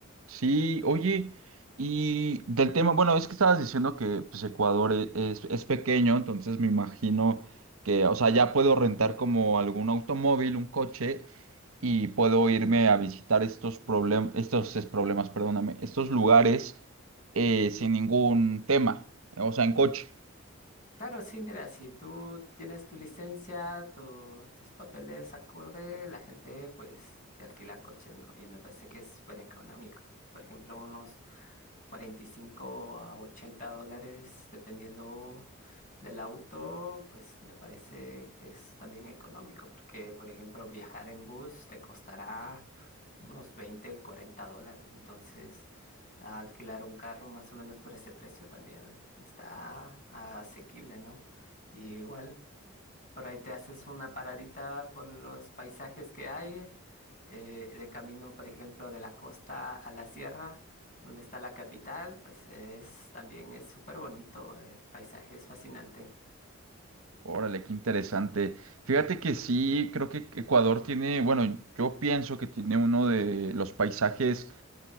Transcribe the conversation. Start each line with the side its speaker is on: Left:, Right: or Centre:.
Right: Sí, oye, y del tema, bueno, es que estabas diciendo que pues Ecuador e- es, es pequeño, entonces me imagino que, o sea, ya puedo rentar como algún automóvil, un coche, y puedo irme a visitar estos problemas, estos es, problemas, perdóname, estos lugares eh, sin ningún tema, o sea, en coche.
Left: Claro, sí, mira, si tú tienes tu licencia, tu- tus papeles acorde, la gente pues te alquila coches, ¿no? Y me parece que es súper económico. Por ejemplo, unos 45 a 80 dólares, dependiendo del auto, pues me parece que es también económico, porque, por ejemplo, viajar en bus te costará unos 20, 40 dólares. Entonces alquilar un carro más o menos por ese precio también está asequible, ¿no? Y igual por ahí te haces una paradita por los paisajes que hay, eh, de camino, por ejemplo, de la costa a la sierra, donde está la capital, pues es también es súper bonito, eh, el paisaje es fascinante.
Right: Órale, qué interesante. Fíjate que sí, creo que Ecuador tiene, bueno, yo pienso que tiene uno de los paisajes